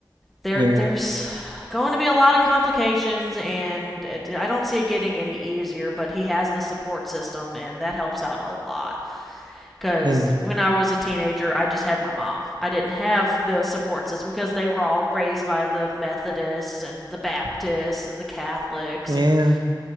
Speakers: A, in the centre; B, on the right.
A: there
B: yeah,
A: there's going to be a lot of complications and it, I don't see it getting any easier, but he has the support system and that helps out a lot. Because
B: yeah,
A: when I was a teenager, I just had my mom. I didn't have the support system because they were all raised by the Methodists and the Baptists and the Catholics.
B: yeah.
A: And